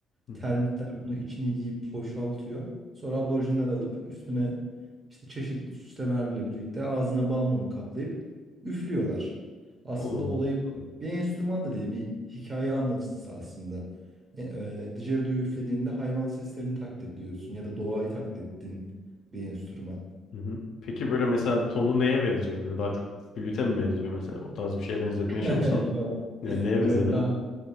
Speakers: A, on the left; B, on the right.
A: Hı hı.
B: Termitler bunu içini yiyip boşaltıyor. Sonra aborjinler alıp üstüne işte çeşitli süslemelerle birlikte ağzına bal mumu kaplayıp üflüyorlar. Aslında
A: Allah Allah.
B: olayı bu. bir enstrüman da değil, bir hikaye anlatıcısı aslında. E, e, didgeridoo'yu üflediğinde hayvan seslerini taklit ediyorsun ya da doğayı taklit ettiğin bir enstrüman.
A: Hı hı. Peki böyle mesela tonu neye benziyor? Böyle daha çok flüte mi benziyor mesela? O tarz bir şeye benzetmeye
B: <laughs>
A: çalışsan.
B: Yok.
A: Yani neye
B: Yok.
A: benzer?
B: ha,